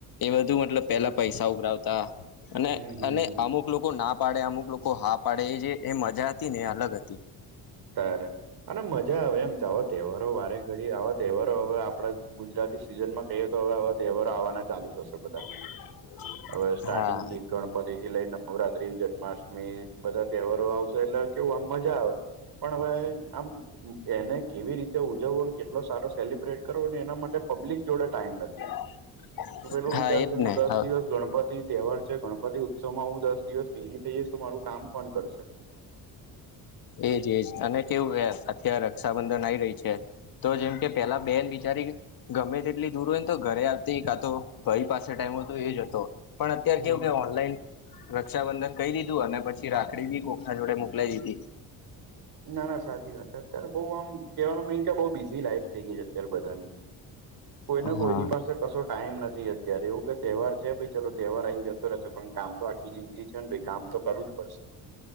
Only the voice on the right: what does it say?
હમ
હમ
હમ
ત્યારે, અને મજા આવે એમ, તા હો તહેવારો વારે ઘડીએ આવા તહેવારો હવે આપણા ગુજરાતી સિઝન માં કહીએ તો હવે આવા તહેવારો આવવાના ચાલુ થશે બધા.
હવે સ્ટાર્ટિંગ
થી ગણપતિ. થી લઈને નવરાત્રી, જન્માષ્ટમી બધા તહેવારો આવશે, એટલે કેવું આમ મજા આવે. પણ હવે આમ. એને કેવી રીતે ઉજવવો, અને કેટલો સારો સેલિબ્રેટ કરવો, એના માટે પબ્લિક જોડે ટાઈમ નથી.
કે પેલો વિચારશું
હું
દસ
દિવસ ગણપતિ. તહેવાર છે, ગણપતિ ઉત્સવ માં હું દસ દિવસ ડેલી થઈ જઈશ, તો મારું કામ પણ કરશે?
હમ
ના ના સાચી વાત છે અત્યારે બહુ આમ કવાનું મિન કે બહુ બિઝી લાઈફ થઈ ગઈ છે અત્યારે બધાની. કોઈને
કોઈની પાસે કશો ટાઈમ નથી અત્યારે એવું કે તહેવાર છે ભ ચલો તહેવાર ર આવીને જતો રહેશે પણ કામ તો આટલી જિંદગી છે ને ભાઈ કામ તો કરવું જ પડશે.